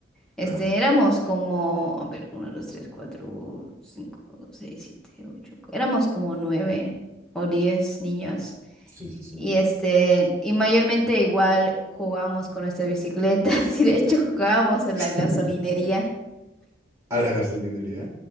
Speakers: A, in the centre; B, on the right.
A: Este,
B: ya.
A: éramos como, a ver, uno, dos, tres, cuatro, cinco, seis, siete, ocho. Éramos como nueve o diez niños.
B: Sí, sí, sí.
A: Y este, y mayormente igual jugábamos con nuestras bicicletas. <laughs> Y de hecho jugábamos en
B: <laughs>
A: la gasolinería. <laughs>
B: ¿A la gasolinería?